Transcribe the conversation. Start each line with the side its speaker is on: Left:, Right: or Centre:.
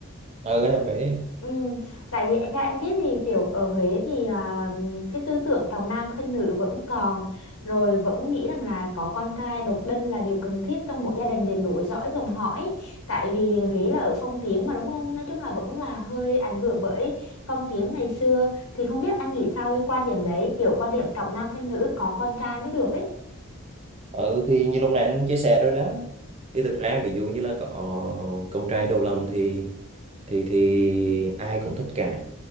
Right: ở Huế
Left: Ừ, tại vì theo em biết thì kiểu ở Huế thì à, cái tư tưởng trọng nam khinh nữ vẫn còn rồi vẫn nghĩ rằng là có con trai độc đinh là điều cần thiết trong một gia đình để nối dõi dòng họ ấy. Tại vì Huế là ở phong kiến mà đúng không? Nói chung là vẫn là hơi ảnh hưởng bởi phong kiến ngày xưa thì không biết anh nghĩ sao với quan điểm đấy kiểu quan điểm trọng nam khinh nữ có con trai mới được ấy.
Right: ừ thì như lúc này anh chia sẻ rồi đó thì thực ra ví dụ như là có con trai đầu lòng thì thì thì ai cũng thích cả